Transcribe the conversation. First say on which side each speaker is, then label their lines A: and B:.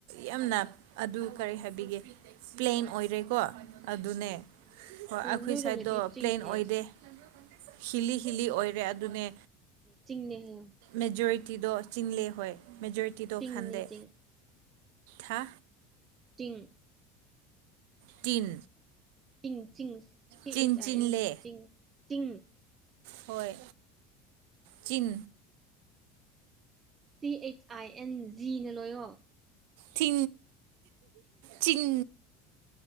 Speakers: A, on the right; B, on the right.
A: ꯌꯥꯝꯅ ꯑꯗꯨ ꯀꯔꯤ ꯍꯥꯏꯕꯤꯒꯦ ꯄ꯭ꯂꯦꯟ ꯑꯣꯏꯔꯦꯀꯣ ꯑꯗꯨꯅꯦ
B: ꯑꯣ ꯉꯝꯗꯕ
A: ꯍꯣꯏ
B: ꯑꯗꯨ
A: ꯑꯩꯈꯣꯏ
B: ꯅꯣꯏꯔꯣꯝꯗꯗꯤ
A: ꯁꯥꯏꯗꯠꯇꯣ
B: ꯆꯤꯡꯅꯦ
A: ꯄ꯭ꯂꯦꯟ ꯑꯣꯏꯗꯦ
B: ꯃꯥꯅꯦ
A: ꯍꯤꯂꯤ ꯍꯤꯂꯤ ꯑꯣꯏꯔꯦ ꯑꯗꯨꯅꯦ꯫
B: ꯆꯤꯡꯅꯦ ꯍꯥꯏꯌꯣ
A: ꯃꯦꯖꯣꯔꯤꯇꯤꯗꯣ ꯆꯤꯡꯂꯦ ꯍꯣꯏ ꯃꯦꯖꯣꯔꯤꯇꯤꯗꯣ
B: ꯆꯤꯡꯅꯦ
A: ꯈꯟꯗꯦ꯫
B: ꯆꯤꯡ
A: ꯍꯥ꯫
B: ꯇꯤꯡ꯫
A: ꯇꯤꯟ꯫
B: ꯇꯤꯡ ꯆꯤꯡ ꯁꯤ
A: ꯆꯤꯡ
B: ꯑꯩꯆ ꯑꯥꯏ
A: ꯆꯤꯡꯂꯦ
B: ꯑꯦꯟ ꯖꯤ ꯆꯤꯡ ꯆꯤꯡ
A: ꯍꯣꯏ ꯆꯤꯟ
B: ꯇꯤ ꯑꯩꯆ ꯑꯥꯏ ꯑꯦꯟ ꯖꯤꯅ ꯂꯣꯏꯌꯣ
A: ꯊ ꯆꯤꯡ